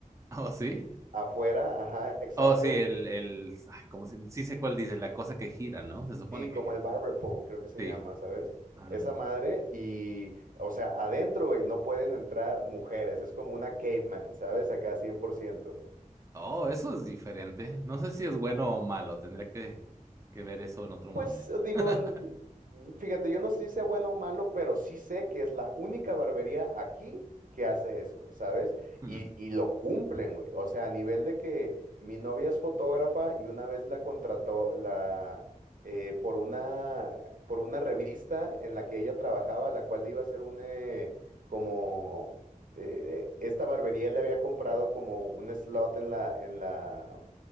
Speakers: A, on the right; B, on the right.
A: Oh, sí.
B: Afuera, ajá, exacto.
A: Oh, sí, el, el, ay, ¿cómo se- sí sé cuál dice, la cosa que gira, ¿no? Se supone
B: Sí,
A: que
B: como
A: gira.
B: el barber pole, creo que se
A: Sí,
B: llama, ¿sabes?
A: ándale.
B: Esa madre y, o sea, adentro, güey, no pueden entrar mujeres, es como una caveman, ¿sabes? Acá 100%.
A: Oh, eso es diferente. No sé si es bueno o malo. Tendría que, que ver eso en otro
B: Pues
A: momento.
B: eh, digo,
A: <laughs>
B: n- fíjate, yo no sé si sea bueno o malo, pero sí sé que es la única barbería aquí que hace eso, ¿sabes?
A: Hmm,
B: Y, y lo cumplen, güey. O sea, a nivel de que mi novia es fotógrafa y una vez la contrató la, eh, por una, por una revista en la que ella trabajaba, la cual le iba a hacer un, eh, como, eh, eh, esta barbería le había comprado como un slot en la, en la